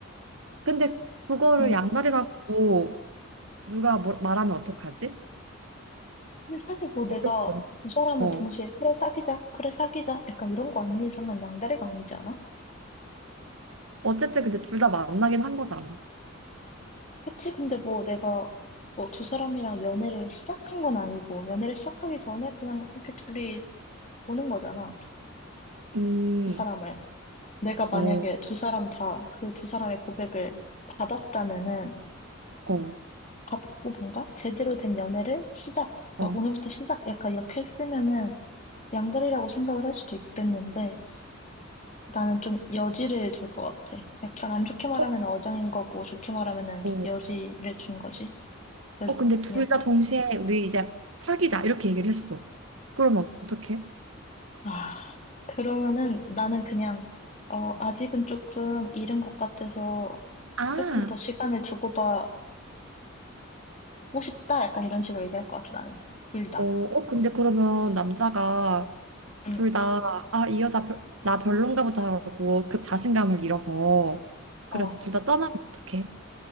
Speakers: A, on the right; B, on the left.
A: 근데 그거를
B: 응.
A: 양다리라고 누가 뭐- 말하면 어떡하지?
B: 근데 사실 뭐
A: 어쨌든.
B: 내가 두 사람을
A: 어.
B: 동시에, 그래, 사귀자, 그래, 사귀자, 약간 이런 거 아닌 이상은 양다리가 아니지 않아?
A: 어쨌든 근데 둘 다 만나긴 한 거잖아.
B: 그치? 근데 뭐 내가 뭐 두 사람이랑 연애를 시작한 건 아니고, 연애를 시작하기 전에 그냥 이렇게 둘이 보는 거잖아.
A: 음.
B: 두 사람을. 내가 만약에
A: 어.
B: 두 사람 다 그 두 사람의 고백을 받았다면은
A: 어.
B: 받고 뭔가 제대로 된 연애를 시작, 막
A: 어.
B: 오늘부터 시작 약간 이렇게 했으면은 양다리라고 생각을 할 수도 있겠는데 나는 좀 여지를 줄 것 같아. 약간 안 좋게 말하면
A: 어.
B: 어장인 거고 좋게 말하면은
A: 어.
B: 여지를 준 거지. 그래서
A: 어, 근데 둘
B: 그냥
A: 다 동시에 우리 이제 사귀자 이렇게 얘기를 했어. 그러면 어떡해?
B: 아 그러면은 나는 그냥 어 아직은 조금 이른 것 같아서
A: 아.
B: 조금 더 시간을 주고받고 고 싶다. 약간 이런 식으로 얘기할 것 같아, 나는. 둘 다.
A: 어. 어, 근데 그러면 남자가
B: 응,
A: 둘 다 아, 이 여자 별, 나 별론가 보다 하고 그 자신감을 잃어서 그래서
B: 어.
A: 둘 다 떠나면 어떡해?